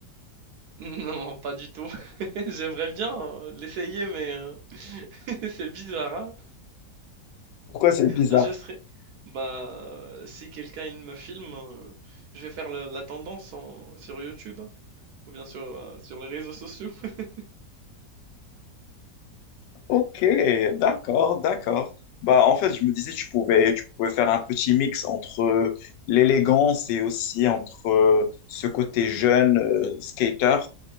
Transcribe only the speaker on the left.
Pourquoi c'est bizarre?
Ok, d'accord, d'accord. Bah, en fait, je me disais, tu pouvais, tu pouvais faire un petit mix entre euh, l'élégance et aussi entre euh, ce côté jeune, euh, skater.